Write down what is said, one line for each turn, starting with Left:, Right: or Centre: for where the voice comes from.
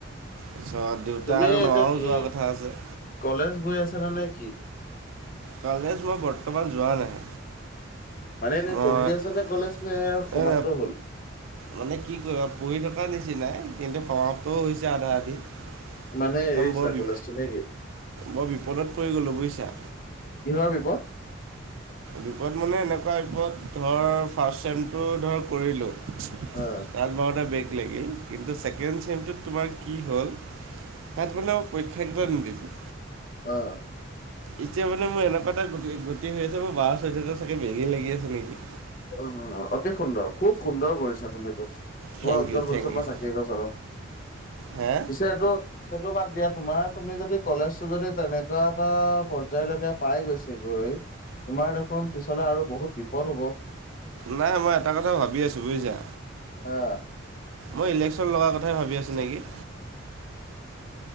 Right: পিছত দেউতা
Left: তুমি
Right: আৰু
Left: এতিয়া
Right: মাও
Left: কি
Right: যোৱা কথা আছে।
Left: কলেজ গৈ আছা নে নে কি?
Right: কলেজ মই বৰ্তমান যোৱা নাই।
Left: মানে এনে
Right: মই
Left: পঢ়ি আছা নে কলেজ নে সমাপ্ত
Right: এই
Left: হল?
Right: মানে কি কয় পঢ়ি থকাৰ নিচিনাই কিন্তু সমাপ্তও হৈছে আধা আধি।
Left: মানে
Right: একদম
Left: এৰিছা
Right: বৰ বি
Left: কলেজটো নে কি?
Right: বৰ বিপদত পৰি গ'লোঁ বুইছা।
Left: কিহৰ বিপদ?
Right: বিপদ মানে এনেকুৱা বিপদ ধৰ ফাৰ্ষ্ট চেমটো ধৰ কৰিলো। তাত
Left: অ',
Right: বাৰুতে বেগ লাগিল, কিন্তু ছেকেণ্ড চেমটোত তোমাৰ কি হ'ল তাত গনেও আৰু পৰীক্ষা কিমান দিবি।
Left: অ।
Right: এতিয়া মানে মোৰ এনেকুৱা এটা গতিশি গতি হৈ আছে, মোৰ বাৰ চৈধ্যটা চাগে বেগে লাগি আছে নেকি।
Left: অ অতি সুন্দৰ খুব সুন্দৰ কৰিছা তুমি এইটো। তোমাৰ
Right: থেংক
Left: উজ্জ্বল
Right: ইউ
Left: ভৱিষ্যত
Right: থেংক
Left: মই
Right: ইউ
Left: চাকি এগজ জ্বলাম।
Right: হে
Left: পিছে এইটো সেইটো বাদ দিয়া তোমাৰ তুমি যদি কলেজতটো যদি তেনেকুৱা এটা পৰ্যায়লৈকে পাই গৈছে গৈ তোমাৰ দেখোন পিছলে আৰু বহুত বিপদ হব।
Right: নাই মই এটা কথা ভাবি আছো বুজিছা?
Left: আ।
Right: মই ইলেকচন লগাৰ কথাই ভাবি আছো নেকি?